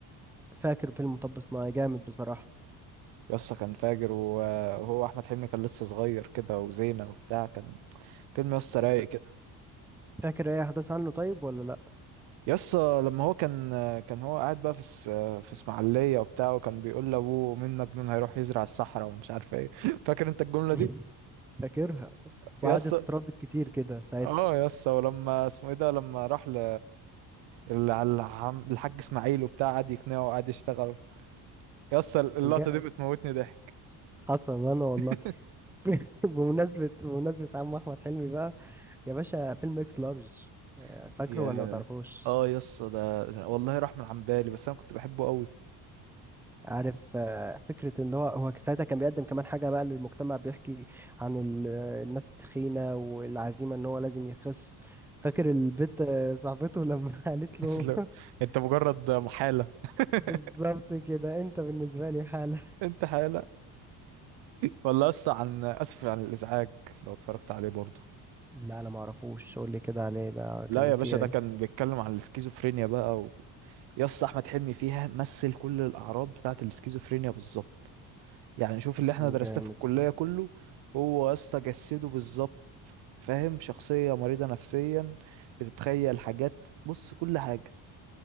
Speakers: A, in the centre; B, on the right.
A: فاكر فيلم مطب صناعي جامد بصراحة
B: يس كان فاجر وهو احمد حلمي كان لسه صغير كده وزينة وبتاع كان فيلم يس رايق
A: أنت
B: كده
A: فاكر أي أحداث عنه طيب ولا
B: يس لما هو كان آه، كان هو قاعد بقى في اس- آه، في اسماعيلية وبتاع وكان بيقول لابوه مين مجنون هيروح يزرع الصحراء ومش عارف ايه <laughs> فاكر انت الجملة
A: <laughs>
B: دي
A: فاكرها وقعدت
B: يس
A: تتردد كتير كده ساعتها
B: اه يا اسطى ولما اسمه ايه ده لما راح ل ال- على العم- الحاج اسماعيل وبتاع قعد يقنعه وقعد يشتغله يا اسطى اللقطه
A: كان جا
B: دي بتموتني ضحك
A: حصل انا والله
B: والله
A: <laughs> بمناسبة بمناسبة عم احمد حلمي بقى يا باشا فيلم اكس لارج آه،
B: <laughs>
A: فاكره
B: يا
A: ولا ما تعرفوش
B: اه يا اسطى ده والله راح من عن بالي بس انا كنت بحبه قوي
A: عارف آه، فكرة ان هو هو ساعتها كان بيقدم كمان حاجة بقى للمجتمع بيحكي عن ال- آه، الناس التخينة والعزيمة ان هو لازم يخس فاكر البت آه، صاحبته لما <laughs> قالت له
B: لا،
A: <laughs>
B: <laughs> انت مجرد محاله <laughs>
A: بالظبط كده انت بالنسبة لي حالة
B: انت حاله والله اسطى عن اسف عن الازعاج لو اتفرجت عليه برضه
A: لا انا ما اعرفوش قول لي كده عليه ده
B: لا
A: كان
B: يا
A: فيه
B: باشا ده
A: إيه؟
B: كان بيتكلم عن السكيزوفرينيا بقى و... يا اسطى احمد حلمي فيها مثل كل الاعراض بتاعه السكيزوفرينيا بالظبط يعني شوف اللي احنا
A: جامد
B: درسناه في الكلية
A: ده.
B: كله هو يا اسطى جسده بالظبط فاهم شخصية مريضة نفسيا بتتخيل حاجات بص كل حاجة